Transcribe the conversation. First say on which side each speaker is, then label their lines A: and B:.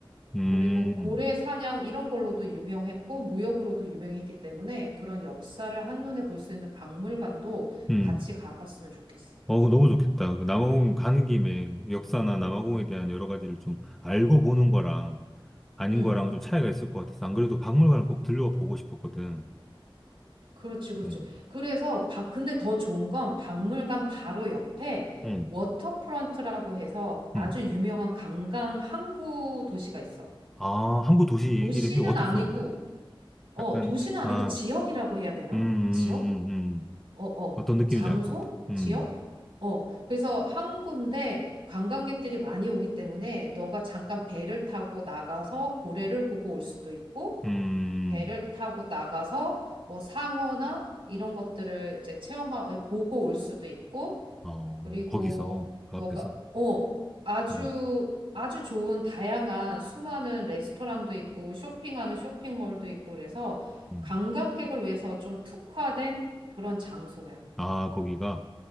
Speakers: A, in the centre; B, on the right.
A: 음,
B: 그리고 고래 사냥 이런 걸로도 유명했고 무역으로도 유명했기 때문에 그런 역사를 한눈에 볼 수 있는 박물관도
A: 음.
B: 같이 가봤으면 좋겠어.
A: 어, 그거 너무 좋겠다. 그 남아공 가는 김에 역사나 남아공에 대한 여러 가지를 좀 알고 보는 거랑 아닌
B: 응,
A: 거랑은 좀 차이가 있을 것 같아서 안 그래도 박물관을 꼭 들려보고 싶었거든.
B: 그렇지, 그렇지.
A: 음,
B: 그래서 바, 근데 더 좋은 건 박물관 바로 옆에
A: 음,
B: 워터프런트라고 해서 아주
A: 음.
B: 유명한 관광 항구 도시가 있어.
A: 아, 항구 도시 이름이
B: 도시는
A: 워터프론트요?
B: 아니고, 어,
A: 약간,
B: 도시는 아니고
A: 아,
B: 지역이라고 해야 되나?
A: 음, 음,
B: 지역?
A: 음. 음.
B: 어, 어,
A: 어떤 느낌인지
B: 장소?
A: 알 것 같아. 음,
B: 지역? 어, 그래서 한 군데 관광객들이 많이 오기 때문에 너가 잠깐 배를 타고 나가서 고래를 보고 올 수도 있고,
A: 음,
B: 배를 타고 나가서 뭐 상어나 이런 것들을 이제 체험하, 보고 올 수도 있고,
A: 어,
B: 그리고
A: 거기서, 그
B: 너가,
A: 앞에서,
B: 어, 아주,
A: 음,
B: 아주 좋은 다양한 수많은 레스토랑도 있고, 쇼핑하는 쇼핑몰도 있고, 그래서
A: 음.
B: 관광객을 위해서 좀 특화된 그런 장소야.
A: 아, 거기가,